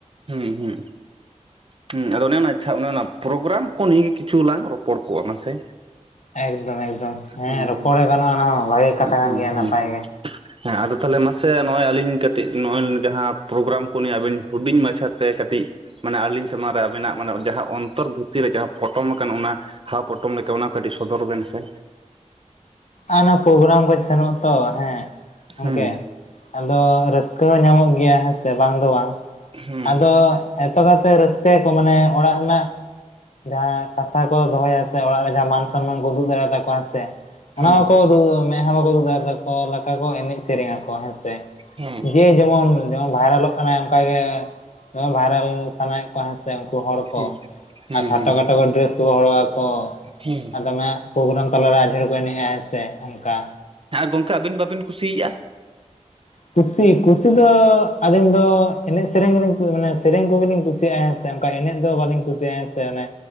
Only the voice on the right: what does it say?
ᱦᱩ ᱦᱩ ᱦᱩ ᱟᱫᱚ ᱚᱱᱮ ᱤᱪᱪᱷᱟ ᱚᱱᱮ ᱚᱱᱟ ᱯᱳᱨᱳᱜᱮᱨᱟᱢ ᱠᱚ ᱱᱤᱭᱮ ᱠᱤᱪᱷᱩ ᱞᱟᱝ ᱨᱚᱯᱚᱲ ᱠᱚᱜᱼᱟ ᱢᱟᱥᱮ᱾
ᱦᱩᱸ
ᱦᱩᱸ
ᱦᱩᱸ
ᱦᱩᱸ
ᱦᱩᱸ
ᱦᱮᱸ ᱟᱫᱚ ᱛᱟᱦᱚᱞᱮ ᱢᱟᱥᱮ ᱱᱚᱜᱼᱚᱭ ᱟᱹᱞᱤᱧ ᱠᱟᱹᱴᱤᱡ ᱱᱚᱜᱼᱚᱭ ᱡᱟᱦᱟᱸ ᱯᱨᱳᱜᱨᱟᱢ ᱠᱚ ᱱᱤᱭᱟ ᱟᱵᱤᱱ ᱦᱩᱰᱤᱧ ᱢᱟᱪᱷᱟ ᱛᱮ ᱠᱟᱹᱴᱤᱡ ᱢᱟᱱᱮ ᱟᱹᱞᱤᱧ ᱥᱟᱢᱟᱝ ᱨᱮ ᱟᱵᱤᱱᱟᱜ ᱢᱟᱱᱮ ᱡᱟᱦᱟᱸ ᱚᱱᱛᱚᱨ ᱵᱷᱤᱛᱤᱨ ᱨᱮ ᱡᱟᱦᱟᱸ ᱯᱚᱴᱚᱢ ᱟᱠᱟᱱ ᱚᱱᱟ ᱦᱟᱯ ᱯᱚᱴᱚᱢ ᱞᱮᱠᱟ ᱚᱱᱟ ᱠᱚ ᱠᱟᱹᱴᱤᱡ ᱥᱚᱫᱚᱨ ᱵᱮᱱ ᱥᱮ᱾
ᱦᱩᱸ
ᱦᱩᱸ
ᱦᱩᱸ
ᱦᱮᱸ
ᱦᱮᱸ ᱦᱮᱸ
ᱦᱮᱸ
ᱦᱮᱸ
ᱦᱮᱸ ᱜᱚᱝᱠᱮ ᱟᱹᱵᱤᱱ ᱵᱟᱹᱵᱤᱱ ᱠᱩᱥᱤᱭᱟᱜᱼᱟ?